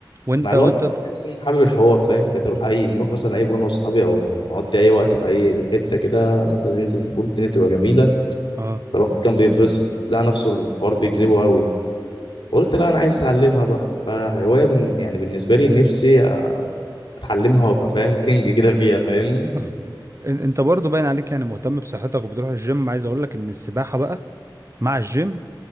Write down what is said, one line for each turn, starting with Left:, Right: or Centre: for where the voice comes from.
Right: وانت
Left: مع الوقت
Right: وانت ت-
Left: اصلا حابب الحوار فاهم بقيت اروح اي نروح مثلا اي بول انا واصحابي او نقضي اي وقت في اي حتة كده مثلا ننزل بول الدنيا تبقى جميلة
Right: اه
Left: فالواحد كان بيتبسط لقى نفسه الحوار بيجذبه قوي قلت لا انا عايز اتعلمها بقى فهواية بن... يعني بالنسبة لي نفسي اتعلمها وابقى فاهم كينج كده فيها فاهم
Right: <laughs> إن- انت برضو باين عليك يعني مهتم بصحتك وبتروح الجيم عايز اقول لك ان السباحه بقى مع الجيم